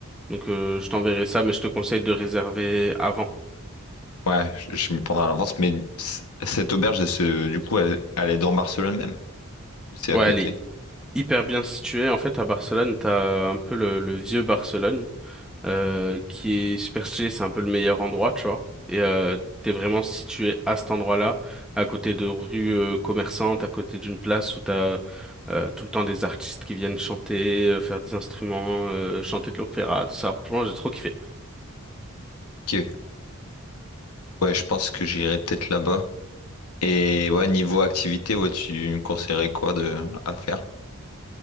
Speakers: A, in the centre; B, on the left.
A: Donc euh, je t'enverrai ça, mais je te conseille de réserver avant.
B: Ouais, je, je m'y prendrai à l'avance, mais c- cette auberge, elle se- du coup, elle, elle est dans Barcelone même, ou c'est
A: Ouais,
B: à côté?
A: elle est hyper bien située. En fait, à Barcelone, t'as un peu le, le vieux Barcelone, euh, qui est super stylé, c'est un peu le meilleur endroit, tu vois. Et euh, t'es vraiment situé à cet endroit-là, à côté de rues euh, commerçantes, à côté d'une place où t'as euh, tout le temps des artistes qui viennent chanter, euh, faire des instruments, euh, chanter de l'opéra, tout ça. Franchement, j'ai trop kiffé.
B: Ok. Ouais, je pense que j'irai peut-être là-bas. Et ouais, niveau activité, ouais, tu me conseillerais quoi de à faire?